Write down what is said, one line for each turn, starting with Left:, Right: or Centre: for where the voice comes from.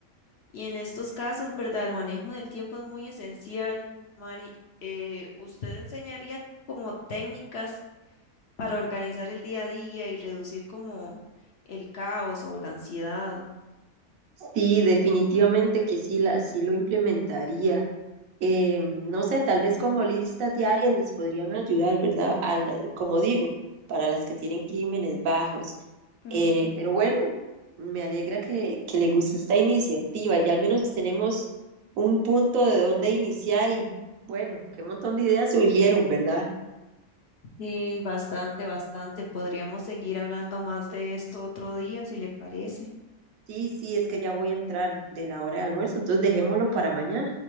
Left: y en estos casos, ¿verdad? El manejo del tiempo es muy esencial. Mari, Eh, ¿usted enseñaría como técnicas para organizar el día a día y reducir como el caos o la ansiedad?
Right: Sí, definitivamente que sí, la, sí lo implementaría. eh, no sé, tal vez como listas diarias les podrían ayudar, ¿verdad? A la- como digo, para las que tienen crímenes bajos.
Left: Ujú.
Right: Eh, pero bueno, me alegra que, que le guste esta iniciativa. Ya al menos tenemos un punto de dónde iniciar y bueno, qué montón de ideas surgieron, ¿verdad?
Left: Sí, bastante, bastante. Podríamos seguir hablando más de esto otro día, si le parece.
Right: Sí, sí, es que ya voy a entrar de la hora de almuerzo, entonces dejémoslo para mañana.